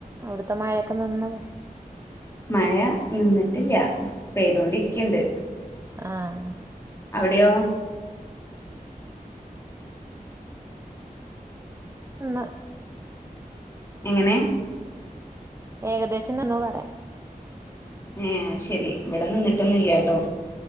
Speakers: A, on the right; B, on the left.
A: അവിടുത്തെ മഴയൊക്കെ നിന്നോ
B: മഴ നിന്നിട്ടില്ല പെയ്തോണ്ടിരിക്കണ്ട്
A: ആഹ്
B: അവിടെയോ
A: ഒന്ന്
B: എങ്ങനെ?
A: ഏകദേശം നിന്നെന്നോ പറ
B: ഏഹ് അ ശരി ഇവിടെ നിന്നി നിന്നില്യ ട്ടോ